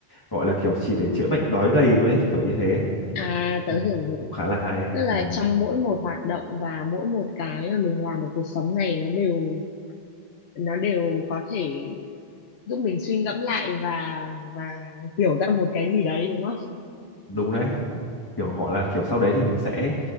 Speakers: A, on the left (about 20°); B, on the left (about 80°).
A: gọi là kiểu chỉ để chữa bệnh đói gầy thôi ấy, kiểu như thế
B: à tớ
A: ừ,
B: hiểu
A: cũng
B: rồi
A: cũng khá là hay
B: tức là
A: ừ.
B: trong mỗi một hoạt động và mỗi một cái mà mình làm ở cuộc sống này nó đều nó đều có thể giúp mình suy ngẫm lại và và hiểu ra một cái gì đấy đúng không?
A: đúng đấy kiểu gọi là kiểu sau đấy thì mình sẽ